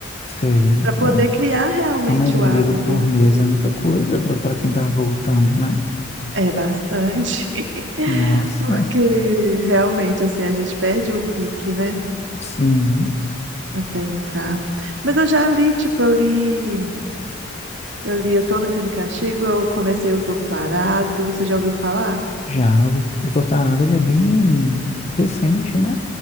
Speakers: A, on the left; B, on the right.
A: sei.
B: para poder
A: É um,
B: criar realmente
A: não, mais um
B: o hábito.
A: livro por mês é muita coisa para para quem tá voltando, né?
B: É bastante, <laughs>
A: Nossa,
B: porque realmente, assim, a gente perde o pique, né?
A: sim.
B: Até entrar. Mas eu já li, tipo, eu li, eu li Eu Tô no Crime e Castigo, eu comecei o Torto Arado, você já ouviu falar?
A: Já ouvi, fa- o Tortarada ele é bem recente, né?